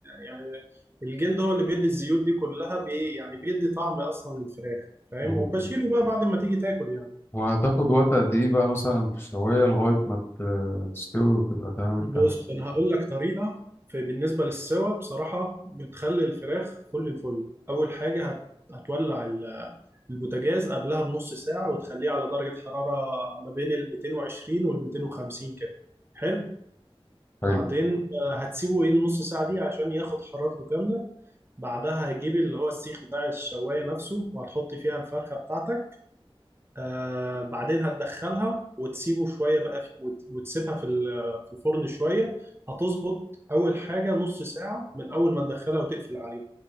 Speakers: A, on the right (about 25°); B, on the left (about 25°).
A: يعني الجلد هو اللي بيدي الزيوت دي كلها بي يعني بيدي طعم اصلا للفراخ فاهم
B: و-
A: وبشيله بقى بعد ما تيجي تاكل يعني
B: وهتاخد وقت قد ايه بقى مثلا في الشوايه لغايه ما ت- تستوي وتبقى تمام التمام
A: بص انا هقول لك طريقه في بالنسبه للسوا بصراحه بتخلي الفراخ فل الفل اول حاجه هت... هتولع ال- البوتاجاز قبلها بنص ساعه وتخليه على درجه حراره ما بين ال 220 وال 250 كده حلو
B: حلو
A: بعدين آه، هتسيبه ايه النص ساعه دي عشان ياخد حرارته كامله بعدها هجيب اللي هو السيخ بتاع الشوايه نفسه وهتحط فيها الفرخه بتاعتك آه بعدين هتدخلها وتسيبه شوية بقى في وت- وتسيبها في ال- في الفرن شوية هتظبط أول حاجة نص ساعة من أول ما تدخلها وتقفل عليه